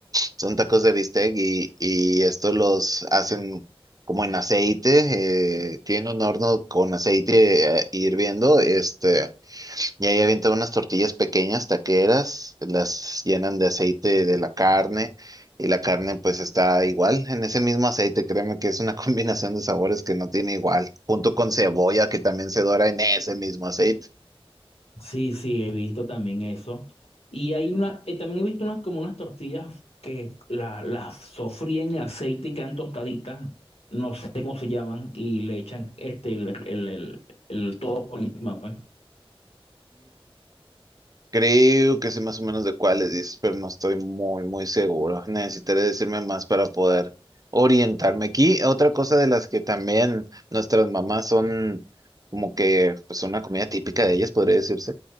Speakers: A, on the right (about 40°); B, on the left (about 85°).
A: Son tacos de bistec y, y estos los hacen como en aceite, eh, tienen un horno con aceite eh, hirviendo, este. Y ahí avientan unas tortillas pequeñas, taqueras, las llenan de aceite de la carne y la carne pues está igual en ese mismo aceite. Créeme que es una <laughs> combinación de sabores que no tiene igual, junto con cebolla que también se dora en ese mismo aceite.
B: Sí, sí, he visto también eso. Y hay una, eh, también he visto unas como unas tortillas que la- las sofríen en aceite y quedan tostaditas, no sé cómo se llaman, y le echan este, el, el, el- el todo por encima, pues.
A: Creo que sé más o menos de cuáles dices, pero no estoy muy, muy seguro. Necesitaré decirme más para poder orientarme. Aquí, otra cosa de las que también nuestras mamás son como que, pues una comida típica de ellas, podría decirse.